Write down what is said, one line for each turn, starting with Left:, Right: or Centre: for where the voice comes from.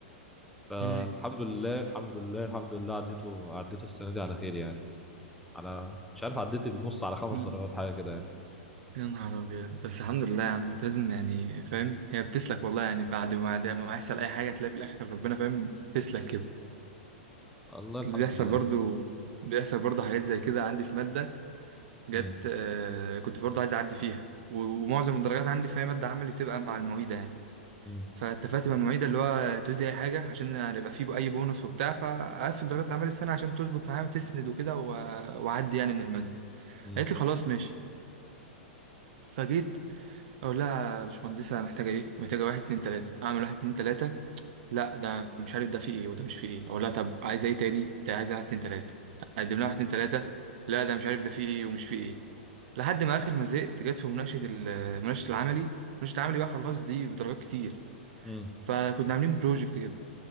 Centre: فالحمد
Right: امم
Centre: لله الحمد لله الحمد لله عديته عديته السنه دي على خير يعني على مش عارف عديت النص على خمس
Right: ل-
Centre: درجات حاجه كده يعني
Right: يا نهار أبيض بس الحمد لله يا عم أنت لازم يعني فاهم هي بتسلك والله يعني بعد ما ده ما يحصل أي حاجة تلاقي في الآخر ربنا فاهم تسلك كده
Centre: الله
Right: بس
Centre: الحمد
Right: اللي بيحصل
Centre: لله
Right: برضو بيحصل برضو حاجات زي كده عندي في مادة جت
Centre: امم
Right: آه كنت برضو عايز أعدي فيها و- ومعظم الدرجات عندي في أي مادة عملي بتبقى مع المعيدة يعني
Centre: امم
Right: فاتفقت مع المعيدة اللي هو توزي أي حاجة عشان يبقى فيه أي بونص وبتاع فقفل درجات أعمال السنة عشان تظبط معايا وتسند وكده و- وأعدي يعني من المادة
Centre: امم
Right: قالت لي خلاص ماشي فجيت أقول لها يا باشمهندسة محتاجة إيه؟ محتاجة واحد اتنين تلاتة أعمل واحد اتنين تلاتة لا ده مش عارف ده فيه إيه وده مش فيه إيه أقول لها طب عايزة إيه تاني؟ تع- عايزة واحد اتنين تلاتة أقدم لها واحد اتنين تلاتة لا ده مش عارف ده فيه إيه ومش فيه إيه لحد ما آخر ما زهقت جت في مناقشة ال- مناقشة العملي مناقشة العملي بقى خلاص دي بدرجات كتير
Centre: امم
Right: فكنا عاملين بروجكت كده